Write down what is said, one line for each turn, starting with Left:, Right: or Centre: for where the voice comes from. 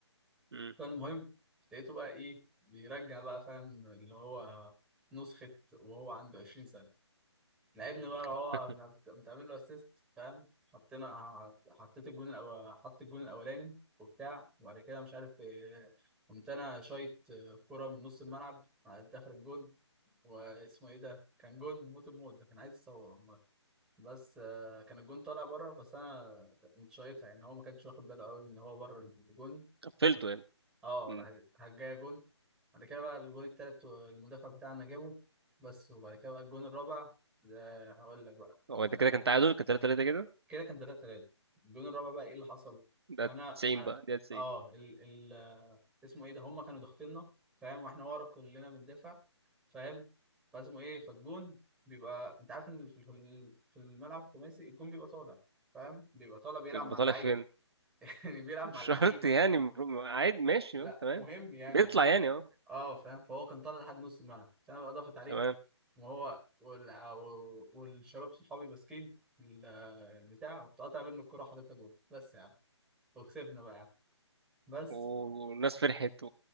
Right: مم.
Centre: فالمهم لقيته بقى ايه بيرجع بقى فاهم اللي هو نسخة وهو عنده 20 سنة لعبني بقى هو
Right: <laughs>
Centre: متعمل له اسيست فاهم حطينا حطيت الجون الأول حط الجون الأولاني وبتاع وبعد كده مش عارف إيه، قمت أنا شايط كرة من نص الملعب على داخل الجون واسمه ايه ده كان جون موت الموت ده كان عايز يصور بس آه، كان الجون طالع بره بس انا كنت شايطها يعني هو ما كانش واخد باله قوي ان هو بره الجون
Right: قفلته
Centre: فشوط
Right: يعني
Centre: اه
Right: مم.
Centre: راح راح جايه جون بعد كده بقى الجون التالت المدافع بتاعنا جابه بس وبعد كده بقى الجون الرابع ده هقول لك بقى
Right: هو
Centre: نبدأ
Right: ده كده كان تعادل كان 3 3 كده
Centre: كده كان 3 3 الجون الرابع بقى ايه اللي حصل
Right: ده
Centre: انا
Right: 90
Centre: أنا-
Right: بقى ده 90
Centre: اه ال... اسمه ايه ده هم كانوا ضاغطيننا فاهم واحنا ورا كلنا بندافع فاهم فاسمه ايه فالجون بيبقى انت عارف ان في في في الملعب الخماسي الجون بيبقى طالع فاهم بيبقى طالع بيلعب
Right: بيبقى
Centre: مع
Right: طالع
Centre: اللعيب
Right: فين
Centre: <laughs> يعني
Right: <laughs>
Centre: بيلعب
Right: مش
Centre: مع
Right: شرط
Centre: اللعيبه
Right: يعني المفروض- عادي ماشي
Centre: لا
Right: اه تمام
Centre: مهم يعني
Right: بيطلع
Centre: مهم
Right: يعني اه
Centre: اه فاهم فهو كان طالع لحد نص الملعب فانا بقى ضاغط عليه
Right: تمام
Centre: وهو وال... و- والشباب صحابي ماسكين ال- البتاع وقطع منه الكوره وحاططها جول بس يا عم وكسبنا بقى يا عم بس
Right: والناس فرحت